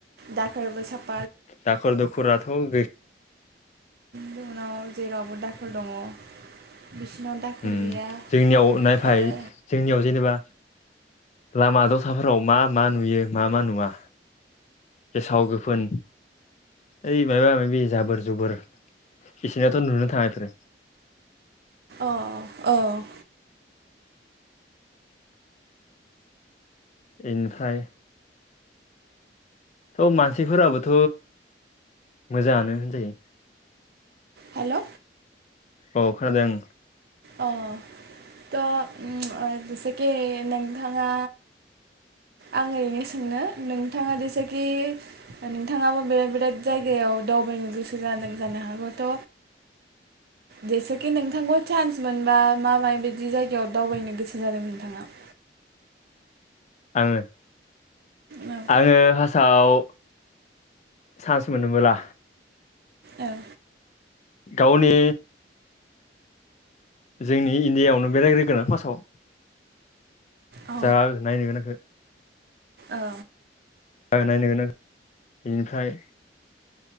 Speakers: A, on the right; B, on the left.
A: दाखोरबो साफ
B: दाखोर दुखोराथ' गै
A: जोंनाव जेरावबो दाखोर दङ। बिसिनाव दाखोर
B: उम
A: गैया
B: जोंनियाव नायफाय
A: आरो
B: जोंनियाव जेनेबा लामा दथाफोराव मा मा नुयो मा मा नुवा। गेसाव गोफोन ओइ माबा माबि जाबोर जुबोर इसिनाथ' नुनो थाङा इफोर
A: अ-अ औ।
B: इनिफ्राय थ' मानसिफोराबोथ' मोजाङानो होनजायो।
A: हेल'।
B: औ खोनादों।
A: अ थ' जेसेखि नोंथाङा आं ओरैनो सोंनो नोंथाङा जेसेखि नोंथाङाबो बेलेक बेलेक जायगायाव दावबायनो गोसो जानो हागौथ' जेसेखि नोंथांखौ चान्स मोनबा मा माबायदि जायगायाव दावबायनो गोसो जादों नोंथाङा? <inaudible>
B: आंङो
A: औ
B: आंङो फासताव चान्स मोनोबोला
A: औ।
B: गावनि। जोंनि इण्डियाआवनो बेरायग्रो गोन आं फासाव।
A: औ
B: जा नायनो गोनांखौ।
A: औ।
B: जायगा नायनो गोनां बेनिफ्राय।